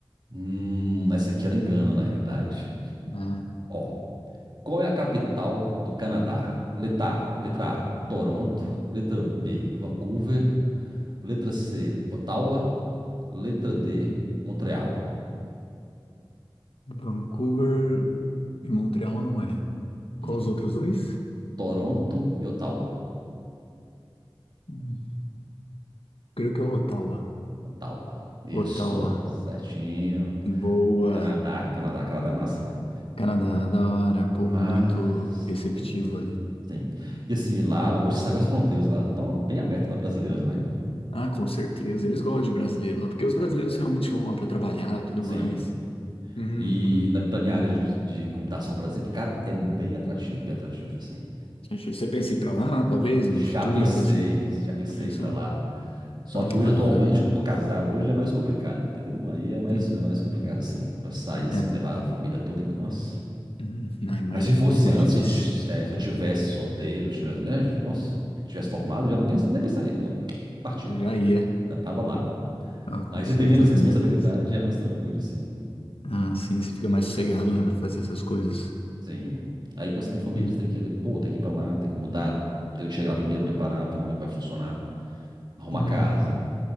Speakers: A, on the right; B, on the left.
A: Hum, essa aqui ela engana na realidade.
B: lá.
A: Ó, Qual é a capital do Canadá? Letra A, letra A, Toronto. Letra B, Vancouver. Letra C, Ottawa. Letra D, Montreal.
B: Vancouver e Montreal não é.
A: Hum,
B: Qual os outros dois?
A: Toronto e Ottawa.
B: Hum. Creio que é Ottawa.
A: Ottawa. Isso,
B: Ottawa.
A: certinho.
B: Boa.
A: Canadá, Canadá, Canadá é massa, velho.
B: Canadá, da hora. Povo
A: Mas,
B: muito receptivo
A: sim,
B: ali.
A: sim. E assim, lá, hoje você sabe as fronteiras lá estão bem abertas para brasileiras, né?
B: Ah, com certeza. Eles gostam de brasileiro lá, porque
A: Sim,
B: os brasileiros realmente vão lá para trabalhar, tudo
A: sim.
B: mais. Uhum.
A: E na, pra minha área de, de computação, por exemplo, cara, é bem atrativo, bem atrativo, assim.
B: Acho que Você pensa em ir para lá, talvez,
A: Já
B: no futuro,
A: pensei,
B: algo assim?
A: já pensei
B: Já pensou?
A: em ir pra lá. Só
B: Oh,
A: que
B: que
A: hoje,
B: da
A: atualmente,
B: hora, Ana.
A: como eu tô casado, hoje é mais complicado, entendeu? Aí é mais,
B: Hum.
A: é mais complicado, assim, pra sair, assim,
B: É,
A: levar a família toda. Nossa.
B: hum, ah, imagino,
A: Mas se fosse
B: um pouco mais
A: antes,
B: difícil.
A: se eu, tis- é, se eu tivesse solteiro, eu tivesse, né? Nossa, tivesse formado, eu já pens- nem pensaria, já partiu,
B: Eu já ia.
A: já tava lá.
B: Ah, com
A: Aí você
B: certeza,
A: tem menos responsabilidade,
B: a melhor coisa.
A: é mais tranquilo, assim.
B: Ah, sim, você fica mais sossegado, né, pra fazer essas coisas.
A: Sim. Aí quando você tem família,
B: Hum.
A: você tem que, pô, tem que ir pra lá, tem que mudar, tem que chegar lá primeiro, preparar, ver como é que vai funcionar, arrumar
B: Uhum.
A: casa.